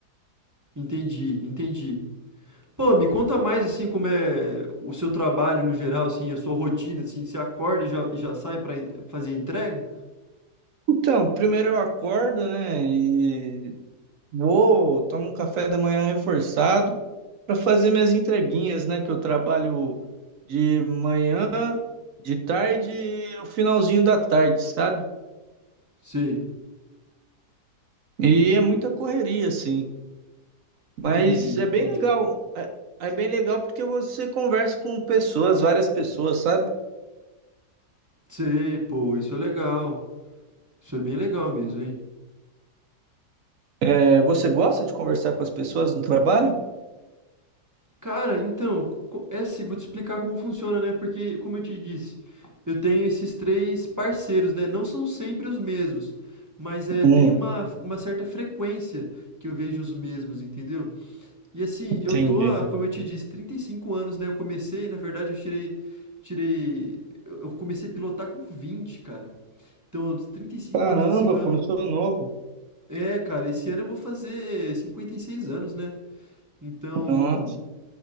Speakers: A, on the right; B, on the right.
A: Entendi, entendi. Pô, me conta mais, assim, como é o seu trabalho no geral, assim, a sua rotina, assim, você acorda e já, e já sai pra en- fazer a entrega?
B: Então, primeiro eu acordo, né? E vou, tomo um café da manhã reforçado. para fazer minhas entreguinhas, né? Que eu trabalho de manhã, de tarde e o finalzinho da tarde, sabe?
A: Sei,
B: E é muita correria, assim.
A: entendi,
B: Mas é
A: entendi.
B: bem legal. É, é bem legal porque você conversa com pessoas, várias pessoas, sabe?
A: Sei, pô, isso é legal. Isso é bem legal mesmo, hein?
B: É, você gosta de conversar com as pessoas no trabalho?
A: Cara, então, co é assim, vou te explicar como funciona, né, porque como eu te disse, eu tenho esses 3 parceiros, né, não são sempre os mesmos, mas, é
B: Hum,
A: tem uma uma certa frequência que eu vejo os mesmos, entendeu. E assim,
B: entendi.
A: eu tô há, como eu te disse, 35 anos, né, eu comecei na verdade eu tirei tirei eu eu comecei a pilotar com 20, cara. Então, dos 35
B: Caramba,
A: anos nesse ramo.
B: começou novo.
A: É, cara, esse ano eu vou fazer 56 anos, né. Então,
B: Nossa.